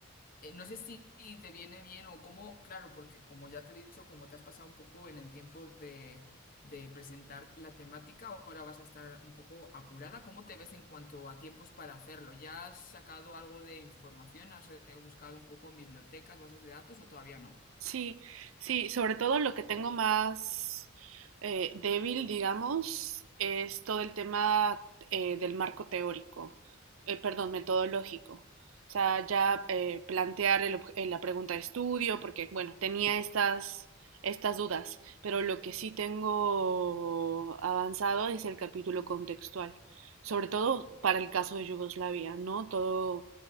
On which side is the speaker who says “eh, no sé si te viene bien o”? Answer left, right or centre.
Left